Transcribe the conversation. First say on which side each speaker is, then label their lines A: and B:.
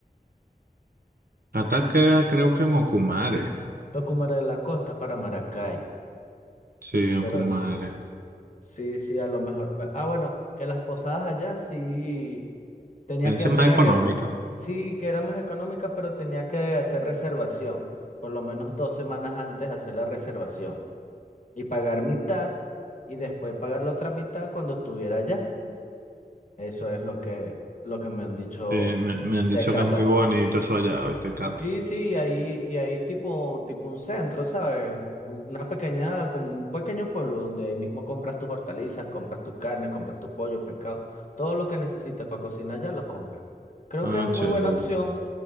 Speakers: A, on the right; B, on the left.
A: Caracas creo que en Ocumare.
B: Lo que me haré de la costa para Maracay,
A: Sí, Ocumare.
B: pero sí. Sí, sí, a lo mejor. Ve- Ah, bueno, que las posadas allá sí tenía
A: Es
B: que,
A: más
B: tenía
A: económica.
B: que, sí que eran más económicas, pero tenía que hacer reservación. Por lo menos dos semanas antes hacer la reservación. Y pagar mitad y después pagar la otra mitad cuando estuviera allá. Eso es lo que, lo que me han dicho
A: Sí, me, me han
B: de
A: dicho
B: Cata.
A: que es muy bonito eso allá, ¿viste, Cata?
B: Sí, sí, y ahí, y ahí tipo, tipo un centro, ¿sabes? Una pequeña, como un pequeño pueblo donde ahí mismo compras tus hortalizas, compras tu carne, compras tu pollo, pescado, todo lo que necesitas para cocinar ya lo compras. Creo
A: Ah,
B: que es muy
A: chévere.
B: buena opción,